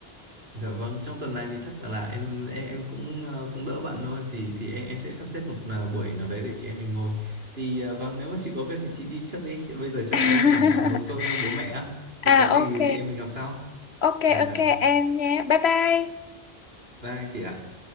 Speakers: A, on the right (about 70°); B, on the left (about 85°).
A: Dạ vâng, trong tuần này thì chắc là em em em cũng ờ, cũng đỡ bạn thôi thì thì em em sẽ sắp xếp một ờ, buổi nào đấy để chị em mình ngồi. Thì ờ, vâng, nếu mà chị có việc thì chị đi trước đi. Bây giờ chắc
B: <laughs>
A: em cũng chuẩn bị xuống nấu cơm cho bố mẹ á.
B: à
A: Thì có gì
B: ok
A: chị em mình gặp sau.
B: Ok
A: Dạ dạ.
B: ok em nhé. Bye bye.
A: Bye chị ạ.